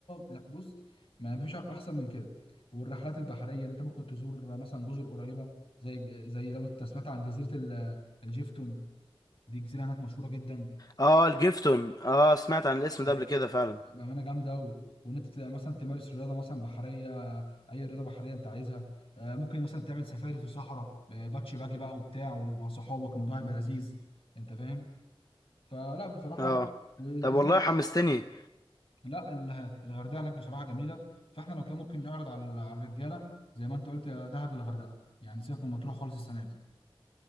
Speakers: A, on the left (about 70°); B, on the left (about 40°).
A: لا بص ما فيش احسن من كده والرحلات البحريه اللي انت ممكن تزور مثلا جزر قريبه زي زي لو انت سمعت عن جزيره ال- الجيفتون دي جزيره هناك مشهوره جدا
B: أه الجيفتون أه سمعت عن الاسم ده
A: اه
B: قبل كده فعلا
A: بأمانة جامدة أوي وإن أنت تبقى مثلا تمارس رياضة مثلا بحرية أي رياضة بحرية أنت عايزها آه، ممكن مثلا تعمل سفاري في الصحراء آه، باتشي باجي بقى وبتاع ومع صحابك الموضوع هيبقى لذيذ أنت فاهم فلا بصراحة
B: اه
A: وزي
B: طب والله حمستني
A: لا ال- الغردقة هناك بصراحة جميلة فإحنا لو كان ممكن نعرض على على الرجالة زي ما أنت قلت يا دهب يا الغردقة يعني سيبك من مطروح خالص السنة دي